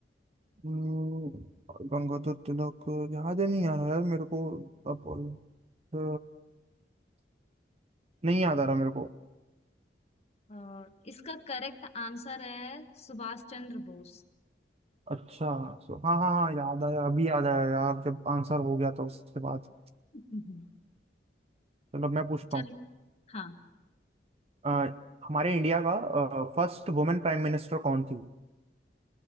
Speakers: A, on the right; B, on the left.
A: हम्म, गंगाधर तिलक याद ही नहीं आ रहा यार मेरे को अब अ, नहीं याद आ रहा मेरे को
B: अ, इसका करेक्ट आंसर है सुभाष चंद्र बोस
A: अच्छा सो हाँ हाँ हाँ याद आया अभी याद आया यार जब आंसर हो गया तो उसके बाद
B: हम्म।
A: चलो मैं पूछता
B: चल
A: हूँ
B: हाँ
A: अ, हमारे इंडिया का फर्स्ट वुमेन प्राइम मिनिस्टर कौन थी